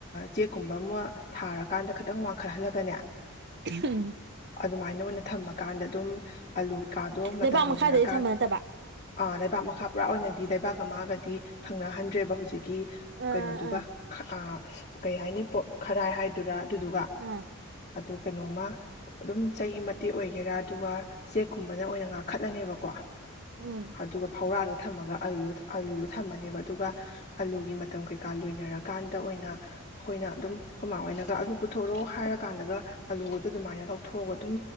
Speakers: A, on the left; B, on the right.
A: ꯆꯦꯛꯀꯨꯝꯕ ꯑꯃ ꯊꯥꯔꯀꯥꯟꯗ ꯈꯤꯇꯪ ꯋꯥꯡꯈꯠꯍꯜꯂꯒꯅꯦ
B: ꯎꯝ
A: ꯑꯗꯨꯃꯥꯏꯅ ꯑꯣꯏꯅ ꯊꯝꯃ ꯀꯥꯟꯗ ꯑꯗꯨꯝ ꯑꯂꯨ ꯀꯩꯀꯥꯗꯣ ꯃꯇꯝ
B: ꯂꯩꯕꯥꯛ
A: ꯂꯣꯏꯅꯔꯀꯥꯟ
B: ꯃꯈꯥꯗꯗꯤ ꯊꯝꯕ ꯅꯠꯇꯕ
A: ꯑ ꯂꯩꯕꯥꯛ ꯃꯈꯥ ꯄꯨꯔꯥ ꯑꯣꯏꯅꯗꯤ ꯂꯩꯕꯥꯛꯀ ꯑꯃꯒꯗꯤ ꯊꯪꯅꯍꯟꯗ꯭ꯔꯦꯕ ꯍꯨꯖꯤꯛ ꯀꯤ
B: ꯑꯥ
A: ꯀꯩꯅꯣꯗꯨꯒ
B: ꯑꯥ
A: ꯑ ꯀꯩ ꯍꯥꯏꯅꯤ ꯄꯣꯠ ꯈꯔꯥꯏ ꯍꯥꯏꯗꯨꯔꯥ ꯑꯗꯨꯗꯨꯒ꯫
B: ꯑꯥ
A: ꯑꯗꯨ ꯀꯩꯅꯣꯃ ꯑꯗꯨꯝ ꯆꯩ ꯃꯇꯦꯛ ꯑꯣꯏꯒꯦꯔꯥ ꯑꯗꯨꯒ ꯆꯦꯛꯀꯨꯝꯕꯅ ꯑꯣꯏꯅ ꯉꯥꯛꯈꯠꯂꯅꯦꯕꯀꯣ꯫
B: ꯎꯝ
A: ꯑꯗꯨꯒ ꯐꯧꯔꯥꯗꫭ꯫ ꯊꯝꯃꯒ ꯑ ꯑꯂꯨꯗꯣ ꯊꯝꯃꯅꯦꯕ ꯑꯗꯨꯒ꯫ ꯑꯥꯂꯨꯒꯤ ꯃꯇꯝ ꯀꯩꯀꯥ ꯂꯣꯏꯅꯔꯀꯥꯟꯗ ꯑꯣꯏꯅ ꯑꯩꯈꯣꯏꯅ ꯑꯗꯨꯝ ꯑꯈꫭꯏꯃꯥꯍꫭꯏꯅꯒ ꯑꯂꯨ ꯄꯨꯊꫭꯔꯛꯑꫭ ꯍꯥꯏꯔ ꯀꯥꯟꯗꯒ ꯑꯂꯨꯒꯗꯣ ꯑꯗꯨꯃꯥꯏꯅ ꯂꯧꯊꯣꯛꯑꯒ ꯑꯗꯨꯝ